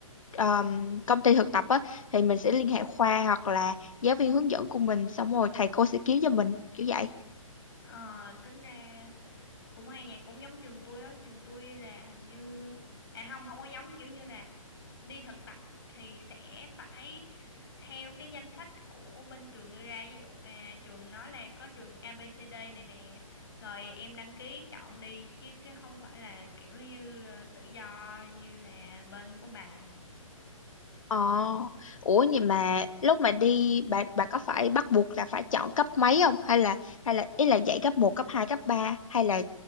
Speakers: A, on the left; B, on the left.
A: um, công ty thực tập á thì mình sẽ liên hệ khoa hoặc là giáo viên hướng dẫn của mình xong rồi thầy cô sẽ kiếm cho mình kiểu vậy
B: ờ tính ra cũng hay nhỉ cũng giống trường tôi á trường tôi là hình như à không không có giống kiểu như là đi thực tập thì sẽ phải theo cái danh sách của bên trường đưa ra ví dụ à trường nói là có trường a ABCD này nè rồi em đăng ký chọn đi chứ cái không phải là kiểu như ờ, tự do như là bên của bà nhỉ
A: Ờ, ủa vậy mà lúc mà đi bà bà có phải bắt buộc là phải chọn cấp mấy không hay là hay là ý là dạy cấp một cấp 2 cấp ba hay là